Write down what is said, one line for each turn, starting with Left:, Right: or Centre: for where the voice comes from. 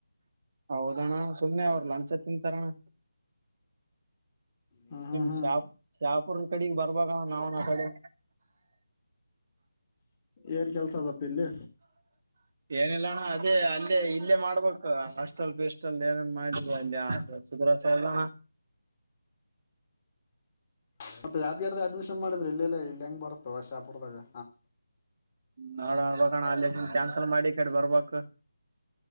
Right: ಹೌದಣ್ಣ ಸುಮ್ಮನೆ ಅವರು ಲಂಚ ತಿನಟರಣ್ಣ
Left: ಹಾಂ ಹಾಂ
Right: ನಿಮ್
Left: ಹಾಂ
Right: ಶಾಪ ಶಾಪುರ್ ಕಡೆಗ್ ಬರ್ಬ ನಾವು್ನ ಕಡೆ
Left: ಏನು ಕೆಲಸ ಅದಪ್ಪ ಇಲ್ಲಿ
Right: ಏನಿಲ್ಲಣ ಅದೇ ಅಲ್ಲೇ ಇಲ್ಲೇ ಮಾಡ್ಬೇಕು ಹಾಸ್ಟೆಲ್ ಪೀಿಸಟಲ್ ಏನೇನ್ ಮಾಡಿದ ಅಲ್ಲಿ ಸುುದ್ರಸ ಎಲ್ಲ
Left: <inaudible> ಮತ್ತ ಯಾದಗಿರಿ ದಾಗ್ ಅಡಮಿಸನ್ ಮಾಡ್ರೆ ಇೆಲ್ಲ ಇ ಹೆಂಗ ಬತ ಅ ಶಾಪುರದಾಗ
Right: ನಾಡಬಣ ಅಲ್ಲಿ ಕ್ಯಾನ್ಸಲ್ ಮಾಡಿ ಕಟ್ ಬರ್ಬಕ್